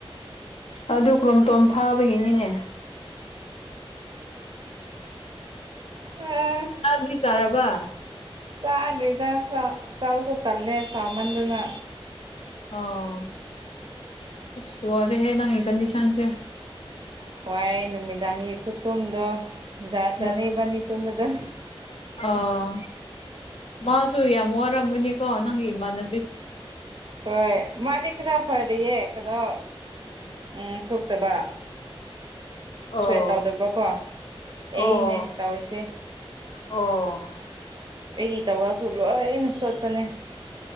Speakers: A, on the left; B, on the right.
A: ꯑꯗꯨ ꯀ꯭ꯔꯣꯝꯇꯣꯝ ꯐꯥꯕꯒꯤꯅꯤꯅꯦ
B: ꯑ
A: ꯍꯥꯠꯕ꯭ꯔꯦꯛ ꯇꯥꯔꯕ
B: ꯆꯗ꯭ꯔꯤꯗ ꯆꯥ ꯆꯥꯋꯁꯨ ꯇꯜꯂꯦ ꯁꯃꯟꯗꯅ꯫
A: ꯑꯣ ꯑꯁ ꯋꯥꯔꯦꯍꯦ ꯅꯪꯒꯤ ꯀꯟꯗꯤꯁꯟꯁꯦ
B: ꯋꯥꯏ ꯅꯨꯃꯤꯗꯥꯡꯒꯤ ꯈꯨꯇꯨꯝꯗꯣꯖꯥꯠ
A: ꯎꯝ
B: ꯆꯥꯅꯤꯕꯅꯤ ꯇꯨꯝꯕꯗꯣ
A: ꯑꯣ ꯃꯥꯖꯨ ꯌꯥꯝ ꯋꯥꯔꯝꯒꯅꯤꯀꯣ ꯅꯪꯒꯤ ꯏꯃꯥꯟꯅꯕꯤ
B: ꯍꯣꯏ ꯃꯥꯗꯤ ꯈꯔ ꯐꯔꯤꯌꯦ ꯀꯩꯅꯣ ꯎꯝ ꯇꯨꯞ ꯐꯠꯇꯕ
A: ꯑꯣ
B: ꯁ꯭ꯋꯦꯠ ꯇꯧꯗꯕꯀꯣ ꯑꯩꯅꯦ
A: ꯑꯣ
B: ꯇꯧꯔꯤꯁꯦ
A: ꯑꯣ
B: ꯑꯩꯒꯤ ꯇꯋꯥꯁꯨ ꯂꯣꯏꯅ ꯆꯣꯠꯄꯅꯦ